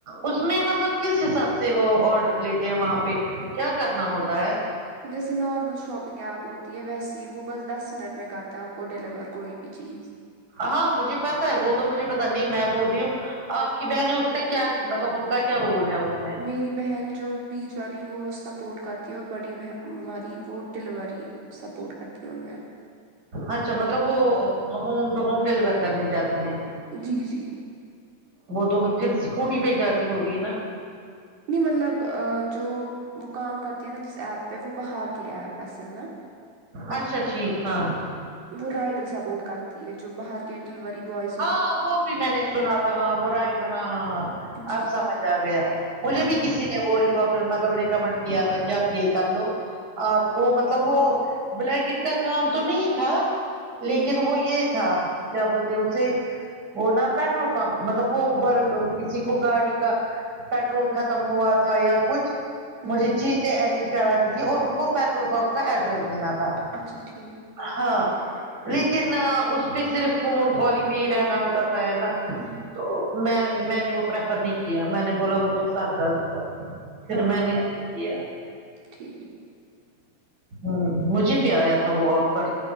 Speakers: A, on the right; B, on the right.
A: اس میں مطلب کس حساب سے وہ آرڈر لیتے ہیں وہاں پہ کیا کرنا ہوتا ہے
B: جیسے نارمل شاپنگ ایپ ہوتی ہے ویسے ہی وہ بس دس منٹ میں کرتے ہیں آپ کو ڈیلیور کوئی بھی چیز
A: ہاں مجھے پتا ہے وہ تو مجھے پتا نہیں میں بول رہی ہوں آپ کی بہنیں اس میں کیا مطلب ان کا کیا رول ہے اس میں
B: میری بہن جو بیچ والی ہے وہ سپورٹ کرتی ہے اور بڑی ب ہ والی ڈیلیوری سپورٹ کر تی ان نے
A: اچھا مطلب وہ ہوم تو ہوم ڈلیور کرنی جاتی ہیں
B: جی جی
A: وہ تو پھر اسکوٹی پہ جاتی ہوگی نا
B: نہیں مطلب جو وہ کام کرتی ہے نا جس ایپ پہ وہ بہار کی ایپ اصل میں
A: اچھا ٹھیک ہاں
B: وہ رائڈر سپورٹ کرتی ہے جو باہر ڈلوری بوز
A: ہاں وہ بھی میں نے سنا تھا ہاں وہ رائٹر ہاں ہاں ہاں
B: کرتی۔
A: اب
B: جی جی
A: سمجھ آ گیا مجھے
B: ہوں
A: بھی کسی وہ مطلب ریکمنڈ کیا تھا کہ آپ یہ کر لو آپ کو مطلب وہ بلیکٹ کا کام تو نہیں تھا
B: ہوں
A: لیکن وہ یہ تھا کیا بولتے اسے وہ نا پیٹرول پمپ مطلب وہ اوبر کسی کو گاڑی کا پیٹرول ختم ہوا تھا یا کچھ مجھے
B: ہوں
A: چیزیں ارینج کرانی تھی اور ان کو پیٹرول پمپ کا ایڈریس دینا تھا
B: اچھا ٹھیک
A: ہاں لیکن
B: جی
A: اس پہ صرف فون کالنگ پہ ہی رہنا ہوتا تھا ہے نا
B: ہممم
A: تو میں میں نے وہ پریفر نہیں کیا میں نے بولا وہ تو سر درد ہوا پھر
B: ہاں
A: میں
B: ہاں
A: نے ٹھیک کیا
B: ٹھیک
A: ہاں مجھے بھی آیا تھا وہ آفر